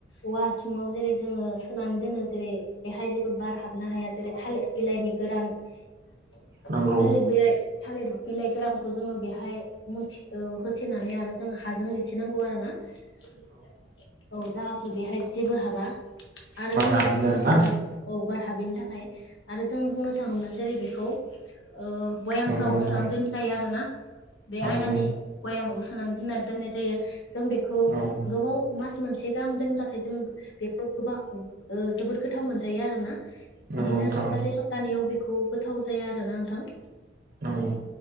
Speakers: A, on the left; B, on the right.
A: औवा हासुङाव जेरै जोङो सोनानै दोनो जेरै बेहाय जेबो बार हाबनो हाया जेरै थालिर बिलाइनि गोरान थालिर
B: नंगौ
A: बिलाइ थालिर बिलाइ गोरानखौ जोङो बेहाय मिथि होथेनानै आरो जोङो हाजों लेथिनांगौ आरो ना औ जाहाथे बेहाय जेबो हाबा। आरो
B: बारा
A: जोङो
B: हाबि
A: बुंनो
B: आरोना
A: थाङोब्ला औ बार हाबिनि थाखाय आरो जों बुंनो थाङोब्ला जेरै बेखौ ओ बयामफोराव
B: नंगौ
A: बोसोनानै
B: नोंथां
A: दोन जायो आरोना बे
B: नंगौ
A: आयनानि बयामावबो सोनानै दोनना दोननाय जायो जों बेखौ
B: औ
A: गोबाव मास मोनसे गाहाम दोनब्लाथाय जों बेखौ गोबां ओ जोबोद गोथाव मोनजायो आरोना।
B: नंगौ
A: बिदिनो
B: नोंथां
A: सप्तासे सप्तानैयाव बेखौ गोथाव जाया आरोना नोंथां।
B: नंगौ।